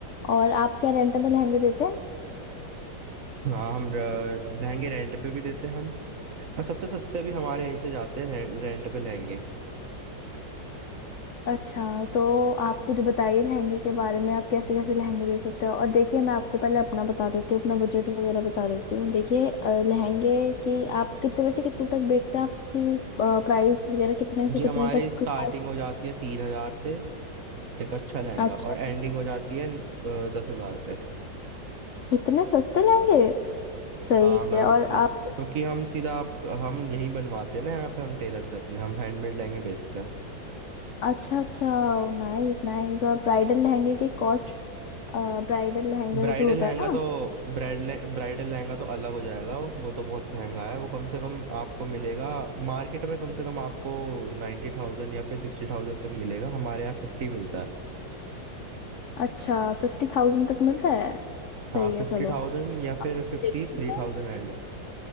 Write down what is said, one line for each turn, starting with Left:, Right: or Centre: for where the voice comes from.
Left: और आप क्या रेंट में लहंगे देते हैं
Right: हाँ हम र- लहंगे रेंट पे भी देते हैं हम और सबसे सस्ते भी हमारे यहीं से जाते हैं रेंट, रेंट पे लहंगे
Left: अच्छा तो आप कुछ बताइए लहंगे के बारे में आप कैसे कैसे लहंगे दे सकते हो और देखिए मैं आपको पहले अपना बता देती हूँ अपना बजट वगैरह बता देती हूँ देखिए अ, लहंगे की आप कितने वैसे कितने तक बेचते हैं आपकी प्राइस वगैरह कितने से
Right: जी
Left: कितने
Right: हमारी
Left: तक
Right: स्टार्टिंग
Left: cost-
Right: हो जाती है तीन हजार से एक अच्छा लहंगा
Left: अच्छा
Right: और एंडिंग हो जाती है अ, दस हजार पे
Left: इतने सस्ते लहंगे सही
Right: हाँ मैम
Left: है और
Right: इतनी
Left: आप
Right: क्योंकि हम सीधा आप- हम यहीं बनवाते हैं ना यहाँ पे हम टेलर से अपने हम हैंडमेड लहंगे बेचते हैं
Left: अच्छा अच्छा नाइस नाइस और ब्राइडल लहंगे की कॉस्ट ब्राइडल लहंगे
Right: ब्राइडल
Left: जो होता
Right: लहंगा
Left: है ना
Right: तो ब्राइडल ब्राइडल लहंगा तो अलग हो जाएगा वो तो बहुत महंगा है वो कम से कम आपको मिलेगा मार्केट में कम से कम आपको नाइन्टी थाउजेंड या फिर सिक्सटी थाउजेंड तक मिलेगा हमारे यहाँ फिफ्टी मिलता है
Left: अच्छा फिफ्टी थाउजेंड तक मिलता है सही
Right: हाँ फिफ्टी
Left: है चलो
Right: थाउजेंड या
Left: अब
Right: फिर फिफ्टी
Left: देखिए
Right: थ्री थाउजेंड एंड